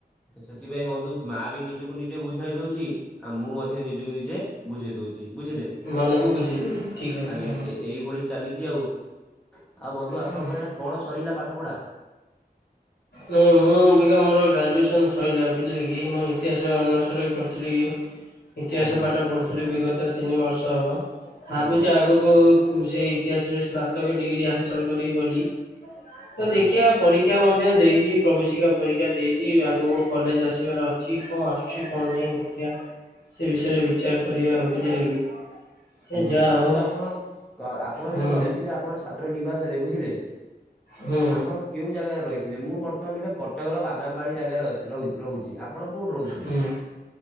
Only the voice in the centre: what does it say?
ହଁ। ତ ସେଥିପାଇଁ ବନ୍ଧୁ ମା ବି ନିଜକୁ ନିଜେ ବୁଝେଇ ଦଉଛି ଆଉ ମୁଁ ମଧ୍ୟ ନିଜକୁ ନିଜେ ବୁଝେଇ ଦଉଛି ବୁଝିଲେ
ଆଜ୍ଞା ଏ -ଏଇଭଳି ଚାଲିଛି ଆଉ ଆଉ ବନ୍ଧୁ ଆପଣଙ୍କର
ନା କଣ ସରିଲା ପାଠ ପଢ଼ା?
ଆଜ୍ଞା
ଆଜ୍ଞା
ଆଜ୍ଞା
ଆଜ୍ଞା
ବନ୍ଧୁ
ଆପଣ -ଆପଣ
ଯୋଉ ରହିଥିଲେ ଆପଣ ଛାତ୍ର ନିବାସ ରେ ବୁଝିଲେ
<inaudible> ଆପଣ କେଉଁ ଜାଗାରେ ରହିଥିଲେ, ମୁଁ ବର୍ତ୍ତମାନ ଏବେ କଟକର ବାଦାମବାଡ଼ି ଜାଗାରେ ଅଛି - ରହି -ରହୁଛି ଆପଣ କୋଉଠି ରହୁଥିଲେ?